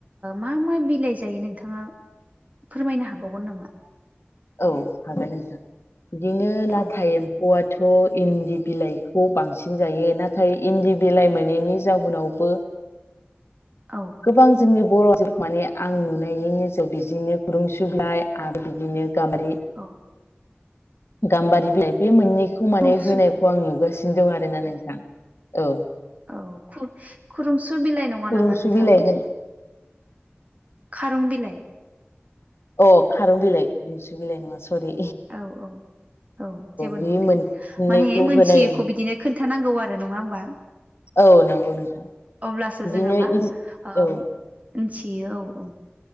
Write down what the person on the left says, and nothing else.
औ हागोन नोंथां बिदिनो लाथा
एम्फौआथ' इन्दि बिलाइखौ बांसिन जायो नाथाय इन्दि बिलाइ मोनैनि जाउनावबो
गोबां जोंनि बर' आयजोफोरखौ माने आं नुनायनि नोजोराव बिदिनो खुरुमसु बिलाइ आरो बिदिनो गामबारि
गाम्बारि बिलाइ बे मोननैखौ माने
होनायखौ आं नुगासिनो दं आरोना नोंथां औ।
खुरुमसु
बिलाइ होन
अ खारं बिलाइ खुरुमसु बिलाइ नङा सरि।
बे
मोननैखौ
होनाय
औ नंगौ नोंथां
बिदिनो
इन
औ